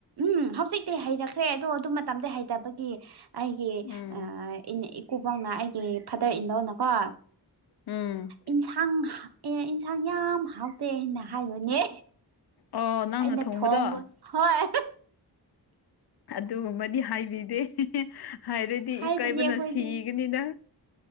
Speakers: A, on the right; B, on the left.
A: ꯎꯝ ꯍꯧꯖꯤꯛꯇꯤ ꯍꯩꯔꯛꯈ꯭ꯔꯦ ꯑꯗꯣ ꯑꯗꯨ ꯃꯇꯝꯗ ꯍꯩꯇꯕꯒꯤ ꯑꯩꯒꯤ
B: ꯎꯝ
A: ꯑꯥ ꯏꯀꯨꯕꯣꯛꯅ ꯑꯩꯒꯤ ꯐꯥꯗꯔ ꯏꯅꯂꯣꯅꯀꯣ
B: ꯎꯝ
A: ꯏꯟꯁꯥꯡ ꯑꯦ ꯏꯟꯁꯥꯡ ꯌꯥꯝ ꯍꯥꯎ ꯇꯦꯅ ꯍꯥꯏꯕꯅꯦ
B: ꯑꯣ ꯅꯪꯅ
A: ꯑꯩꯅ
B: ꯊꯣꯡꯕꯗꯣ
A: ꯊꯣꯡꯕ ꯍꯣꯏ
B: ꯑꯗꯨꯒꯨꯝꯕꯗꯤ ꯍꯥꯏꯕꯤꯗꯦ ꯍꯥꯏꯔꯗꯤ
A: ꯍꯥꯏꯕꯅꯦ
B: ꯏꯀꯥꯏꯕꯅ
A: ꯑꯩꯈꯣꯏꯗꯤ
B: ꯁꯤꯒꯅꯤꯗ